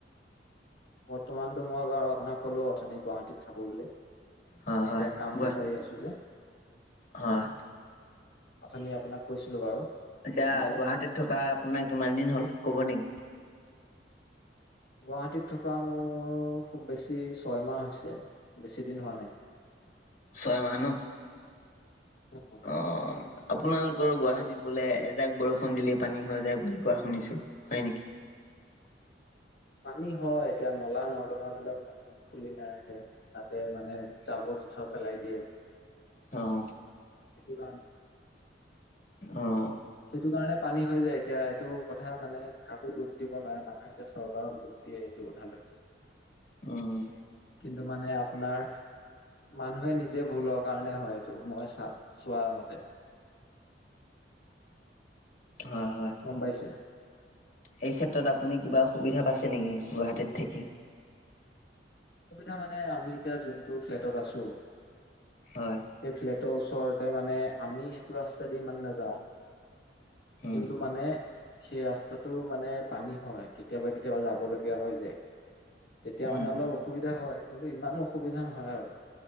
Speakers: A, on the left; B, on the left.
A: বৰ্তমানতো মই বাৰু আপোনাক ক'লো অথনি গুৱাহাটীত থাকো বুলি।
B: হয়
A: মানে
B: হয়,
A: এতিয়া কাম
B: কোৱা?
A: বিচাৰি আছো যে।
B: হয়।
A: অথনি আপোনাক কৈছিলো বাৰু
B: এতিয়া
A: প্ৰথমতে
B: গুৱাহাটীত থকা আপোনাৰ কিমান দিন হ'ল ক'ব নেকি?
A: গুৱাহাটীত থকা মোৰ খুব বেছি ছয়মাহ হৈছে। বেছি দিন হোৱা নাই।
B: ছয় মাহ ন
A: উম
B: অহ আপোনালোকৰ গুৱাহাটীত বোলে এজাক বৰষুণ দিলেই পানী হৈ যায় বুলি কোৱা শুনিছো হয় নেকি?
A: পানী হয় এতিয়া নলা নৰ্দঙা বিলাক মানে খুলি নাৰাখে তাতে মানে জাবৰ জোথৰ পেলাই দিয়ে।
B: অঁ
A: সেইটো কাৰণে।
B: অ'
A: সেইটো কাৰণে পানী হৈ যায় এতিয়া এইটো কথা মানে কাকো দুখ দিব নোৱাৰে মানুহে। এতিয়া চৰকাৰৰ দুখ দিয়ে এইটো কথা লৈ।
B: <inaudible> অঁ
A: কিন্তু মানে আপোনাৰ মানুহে নিজে ভুলৰ কাৰণে হয় এইটো মই চাওঁ চোৱা মতে
B: হয় হয়
A: গম পাইছে।
B: এই ক্ষেত্ৰত আপুনি কিবা অসুবিধা পাইছে নেকি গুৱাহাটীত থাকি।
A: অসুবিধা মানে আমি এতিয়া যোনতটো ফ্লেটত আছো।
B: হয়।
A: এই ফ্লেটৰ ওচৰতে মানে আমি সেইটো ৰাস্তা দি ইমান নাযাও।
B: উম
A: কিন্তু মানে সেই ৰাস্তাটো মানে পানী হয় কেতিয়াবা কেতিয়াবা যাব লগীয়া হয় যায়। তেতিয়া
B: উম
A: মানে অলপ অসুবিধা হয় কিন্তু ইমানো অসুবিধা নহয় আৰু।